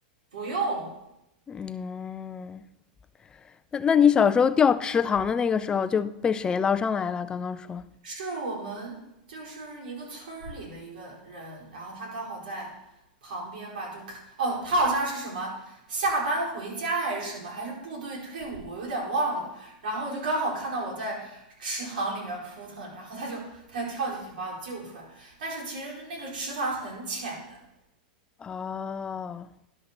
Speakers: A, on the right (about 80°); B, on the left (about 15°).
A: 不用，
B: 嗯，那那你小时候掉池塘的那个时候就被谁捞上来了？刚刚说
A: 是我们就是一个村儿里的一个人，然后他刚好在旁边吧，就看哦，他好像是什么下班回家还是什么，还是部队退伍，我有点忘了。然后就刚好看到我在池塘里面扑腾，然后他就他就跳进去把我救出来。但是其实是那个池塘很浅的，
B: 哦，